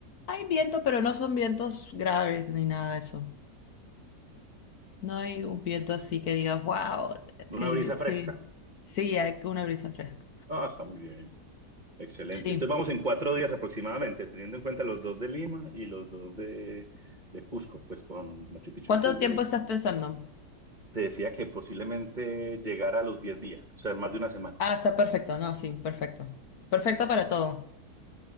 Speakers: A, on the left; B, on the right.
A: Hay viento, pero no son vientos graves ni nada de eso. No hay un viento así que digas, wow, el,
B: Una brisa
A: sí,
B: fresca.
A: sí, hay una brisa fresca.
B: Ah, está muy bien. Excelente.
A: Sí.
B: Entonces vamos en cuatro días aproximadamente, teniendo en cuenta los dos de Lima y los dos de, de Cusco, pues con Machu Picchu
A: ¿Cuánto
B: incluido
A: tiempo
B: ahí.
A: estás pensando?
B: Te decía que posiblemente llegara a los 10 días, o sea, más de una semana.
A: Ah, está perfecto, no, sí, perfecto. Perfecto para todo.